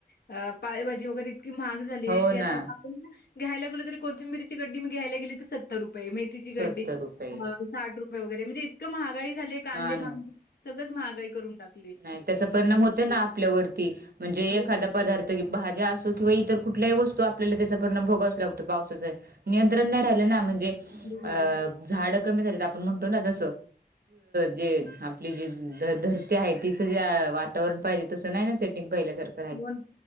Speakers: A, on the left (about 75°); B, on the right (about 70°).
A: अ पाळेजी वगैरे, इतकी महाग झाली
B: हो
A: आहे की आता
B: ना
A: आपण घ्यायला गेलो तर कोथिंबीरीची गड्डी मी घ्यायला गेली तर सत सत्तर रुपये मेथीची
B: सत्तर
A: गड्डी
B: रुपये
A: साठ रुपये वगैरे म्हणजे इतक महागाई झाली आहे कांदे
B: हा
A: माहाग
B: ना
A: सगळच महागाई करून टाकत
B: नाही त्याचा परिणाम होत ना आपल्यावरती म्हणजे
A: हो,
B: एखादा पदार्थ त भाज्या असो किंवा इतर कुठल्याही वस्तू आपल्याला त्याच्या परिनाम भोगावाच लागतो पावसाचा नियंत्रण नाही राहिल ना म्हणजे
A: बरोबर.
B: अ झाड कमी झालीत आपण म्हणतो ना जस जे आपली जी धर ती आहे तिच जे वातावरण पाहिजे तस नाही ना सेटिंग पहिल्यासारख
A: होन